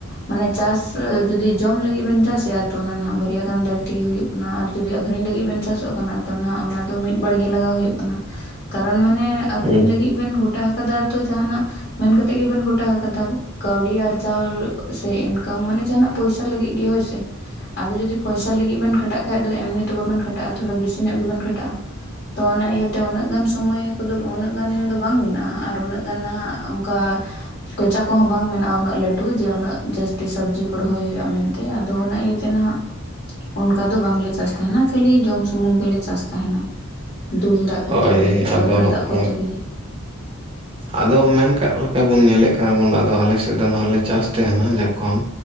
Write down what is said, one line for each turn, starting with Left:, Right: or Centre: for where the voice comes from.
Left: ᱢᱟᱱᱮ ᱪᱟᱥ ᱡᱩᱫᱤ ᱡᱚᱢ ᱞᱟᱹᱜᱤᱫ ᱵᱮᱱ ᱪᱟᱥᱮᱜ-ᱟ ᱛᱚ ᱚᱱᱟ ᱱᱟᱦᱟᱜ ᱵᱟᱨᱭᱟ ᱜᱟᱱ ᱫᱟᱨᱮ ᱛᱮᱜᱮ ᱦᱩᱭᱩᱜ ᱠᱟᱱᱟ ᱟᱨ ᱡᱩᱫᱤ ᱟᱹᱠᱷᱨᱤᱧ ᱞᱟᱹᱜᱤᱫ ᱵᱮᱱ ᱪᱟᱥᱚᱜ ᱠᱟᱱᱟ ᱛᱚ ᱱᱟᱦᱟᱜ ᱚᱱᱟ ᱫᱚ ᱢᱤᱫ ᱵᱟᱨᱜᱮ ᱞᱟᱜᱟᱣ ᱦᱩᱭᱩᱜ ᱠᱟᱱᱟ <inaudible> ᱠᱟᱨᱚᱱ ᱢᱟᱱᱮ ᱟᱠᱷᱨᱤᱧ
Right: ᱦᱩᱸ ᱦᱩᱸ
Left: ᱞᱟᱹᱜᱤᱫ ᱵᱮᱱ ᱜᱚᱴᱟ ᱟᱠᱟᱫᱟ ᱛᱚ ᱡᱟᱦᱱᱟᱜ ᱢᱮᱱ ᱠᱟᱛᱮᱜ ᱜᱮᱵᱮᱱ ᱜᱚᱴᱟ ᱟᱠᱟᱫᱟ ᱾ ᱠᱟᱹᱣᱰᱤ ᱟᱨᱡᱟᱣ ᱥᱮ ᱤᱱᱠᱟᱢ ᱢᱟᱱᱮ ᱡᱟᱦᱟᱱᱟᱜ ᱯᱚᱭᱥᱟ ᱞᱟᱹᱜᱤᱫ ᱜᱮ ᱦᱳᱭ ᱥᱮ ᱾ ᱟᱫᱚ ᱡᱩᱫᱤ ᱯᱚᱭᱥᱟ ᱞᱟᱹᱜᱤᱫ ᱵᱮᱱ ᱠᱷᱟᱴᱟᱜ ᱠᱷᱟᱡ ᱫᱚ ᱮᱢᱱᱤ ᱛᱚ ᱵᱟᱵᱮᱱ ᱠᱷᱟᱴᱟᱜ-ᱟ, ᱛᱷᱚᱲᱟ ᱵᱮᱥᱤ ᱧᱚᱜ ᱜᱮᱵᱮᱱ ᱠᱷᱟᱴᱟᱜ-ᱟ ᱾ ᱛᱚ ᱚᱱᱟ ᱤᱭᱟᱹᱛᱮ ᱩᱱᱟᱹᱜ ᱜᱟᱱ ᱥᱚᱢᱚᱭ ᱠᱚᱫᱚ ᱩᱱᱟᱹᱜ ᱜᱟᱱ ᱫᱚ ᱵᱟᱝ ᱢᱮᱱᱟᱜ-ᱟ ᱟᱨ ᱩᱱᱟᱹᱜ ᱜᱟᱱ ᱱᱟᱜ ᱚᱱᱠᱟ ᱠᱚᱪᱟ ᱠᱚᱦᱚ ᱵᱟᱝ ᱢᱮᱱᱟᱜ-ᱟ ᱞᱟᱹᱴᱩ ᱡᱮ ᱩᱱᱟᱹᱜ ᱡᱟᱹᱥᱛᱤ ᱥᱚᱵᱽᱡᱤ ᱠᱚ ᱨᱚᱦᱚᱭ ᱦᱩᱭᱩᱜ-ᱟ ᱢᱮᱱᱛᱮ ᱾ ᱟᱫᱚ ᱚᱱᱟ ᱤᱭᱟᱹᱛᱮ ᱱᱟᱦᱟᱜ ᱚᱱᱠᱟ ᱫᱚ ᱵᱟᱝᱞᱮ ᱪᱟᱥ ᱛᱟᱦᱮᱱᱟ ᱠᱷᱟᱹᱞᱤ ᱡᱚᱢ ᱥᱩᱢᱩᱝ ᱜᱮᱞᱮ ᱪᱟᱥ ᱛᱟᱦᱮᱱᱟ ᱾ ᱫᱩᱞ ᱫᱟᱜ ᱠᱚᱛᱮ
Right: ᱦᱳᱭ
Left: ᱜᱮ ᱰᱟᱹᱵᱽᱨᱟᱹ
Right: ᱟᱫᱚ
Left: ᱫᱟᱜ
Right: ᱦᱳᱭ
Left: ᱠᱚᱛᱮ ᱜᱮ ᱾
Right: ᱟᱫᱚ ᱢᱮᱱ ᱠᱟᱜ ᱞᱮᱠᱟ ᱵᱚᱱ ᱧᱮᱞᱮᱫ ᱠᱟᱱᱟ ᱵᱚᱱ ᱾ ᱟᱫᱚ ᱟᱞᱮ ᱥᱮᱫ ᱫᱚ ᱱᱚᱣᱟ ᱞᱮ ᱪᱟᱥ ᱛᱟᱦᱮᱱᱟ ᱡᱚᱠᱷᱚᱱ